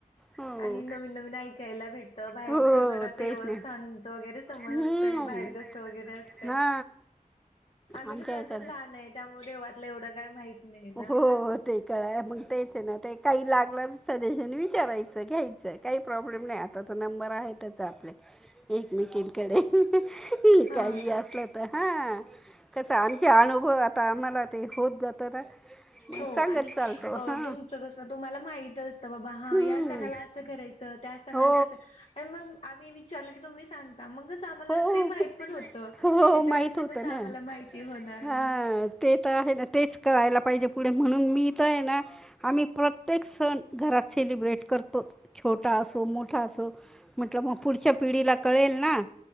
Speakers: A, in the centre; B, on the left.
A: हो
B: आणि नवीन नवीन ऐकायला भेटत बाहेरच
A: हो
B: जरा देवस्थान
A: तेच ना
B: वगैरे समजतय
A: हम्म
B: बाहेर कस वगैरे असतंय
A: हा.
B: आम्ही
A: आमच्या
B: कसं
A: याच्यात
B: अजून लहान आहे त्यामुळे देवातलं एवढं काय माहित नाही ना.
A: हो ते कळाय मग तेच आहे ना ते काही लागत सजेशन विचारायचं घ्यायचं काही प्रॉब्लेम नाही आता बर आहेत एकमेकी कडे ह
B: हा
A: काही अस असलं तर हा कसं आमचे अनुभव आता आम्हाला ते होत जात ना मग
B: हो
A: सांगत
B: आणि
A: चालतो हा
B: तुमच कस तुम्हाला माहित असतं बाबा हा
A: हम्म
B: या सणाला असं करायचं त्या सणाला
A: हो
B: तसं मग आम्ही विचारल की तुम्ही सांगता मगच आम्हाला
A: हो
B: ते माहित पण होतं
A: हो
B: नाही तर
A: माहित
B: असं
A: होतं
B: कसं
A: ना
B: आम्हाला माहिती होणार
A: हा
B: ना
A: ते तर आहे ना तेच कळायला पाहिजे पुढे म्हणून मी तर आहे ना आम्ही प्रत्येक सण घरात सेलिब्रेट करतोच छोटा असो मोठा असो म्हटलं मग पुढच्या पिढीला कळेल ना